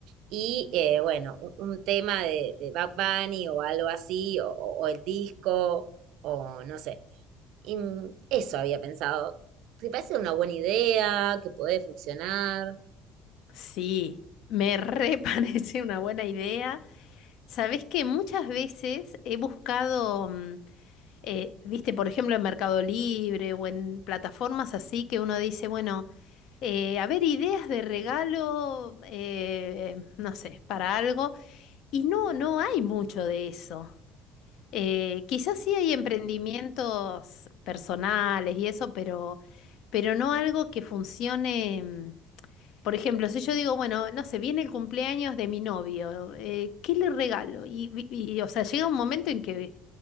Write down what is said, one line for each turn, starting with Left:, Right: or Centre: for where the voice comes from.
Right: y, eh, bueno, un, un tema de, de Bad Bunny o algo así, o, o o el disco, o no sé. Y mm, eso había pensado. ¿Te parece una buena idea? ¿Que puede funcionar?
Left: Sí, me re <laughs> parece una buena idea. Sabés que muchas veces he buscado, mm, eh, viste, por ejemplo, en Mercado Libre o en plataformas así que uno dice, bueno, eh, a ver, ideas de regalo, eh, no sé, para algo. Y no, no hay mucho de eso. Eh, quizás sí hay emprendimientos personales y eso, pero, pero no algo que funcione. mm, Por ejemplo, si yo digo, bueno, no sé, viene el cumpleaños de mi novio, eh, ¿qué le regalo? Y, vi- y, o sea, llega un momento en que